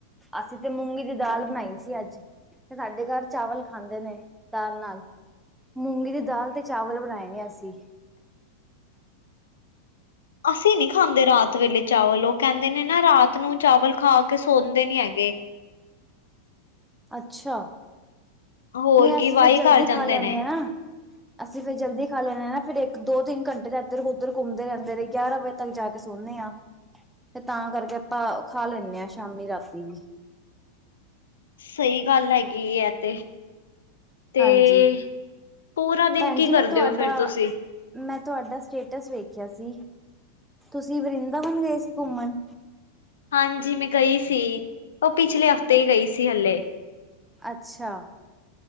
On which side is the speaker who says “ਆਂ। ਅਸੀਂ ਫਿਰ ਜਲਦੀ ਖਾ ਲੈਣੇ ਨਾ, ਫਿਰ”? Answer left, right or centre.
Centre